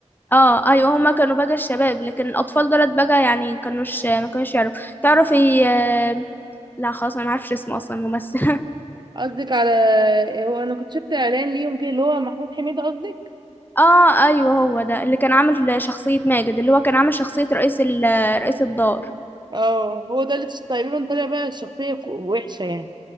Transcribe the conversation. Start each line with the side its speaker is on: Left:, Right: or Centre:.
Left: اه ايوه هما كانوا بقى الشباب لكن الاطفال دولت بقى يعني كانوش ما كانوش يعرفوا تعرفي آه، لا خلاص انا ما اعرفش اسمه اصلا الممثل <laughs>
Right: قصدك على هو انا كنت شفت اعلان ليهم كده اللي هو محمود حميدة قصدك
Left: اه ايوه هو ده اللي كان عامل شخصية ماجد اللي هو كان عامل شخصية رئيس ال... رئيس الدار
Right: اه هو ده اللي تش- تقريبا طالع بقى الشخصية ك- وحشة يعني